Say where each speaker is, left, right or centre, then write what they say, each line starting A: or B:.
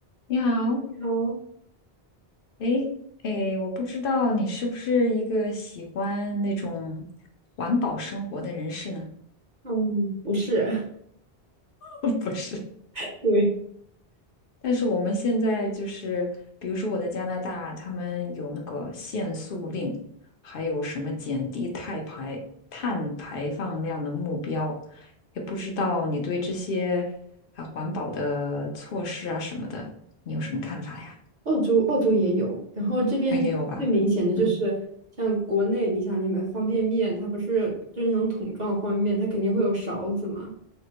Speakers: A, on the left; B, on the right.
A: 你好，
B: 你好，
A: 诶诶，我不知道你是不是一个喜欢那种环保生活的人士呢？
B: 嗯，不是，
A: <laughs> 不是，
B: <laughs> 对，
A: 但是我们现在就是，比如说我在加拿大，他们有那个限塑令，还有什么减低碳排碳排放量的目标，也不知道你对这些啊环保的措施啊什么的，你有什么看法呀？
B: 澳洲澳洲也有，然后这边最明显的就是像国内，
A: 啊，也有吧？嗯，
B: 你想你买方便面，它不是就是那种桶装的方便面，它肯定会有勺子嘛，